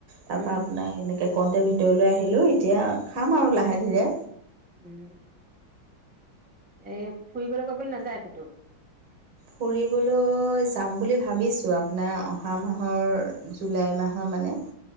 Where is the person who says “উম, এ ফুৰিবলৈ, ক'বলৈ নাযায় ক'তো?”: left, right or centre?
Centre